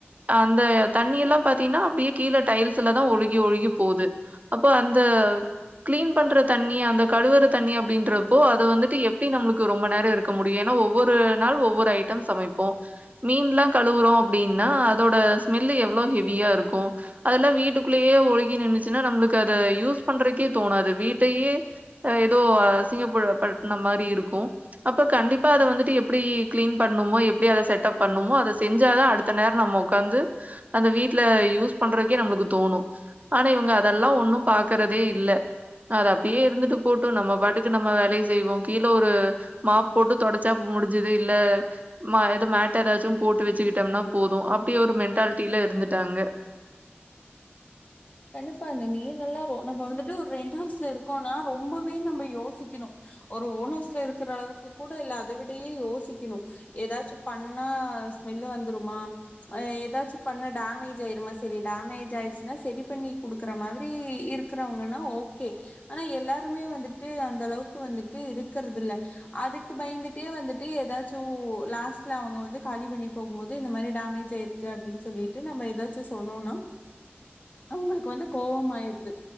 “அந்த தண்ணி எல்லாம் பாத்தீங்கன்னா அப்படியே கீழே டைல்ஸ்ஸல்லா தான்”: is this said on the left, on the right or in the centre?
Right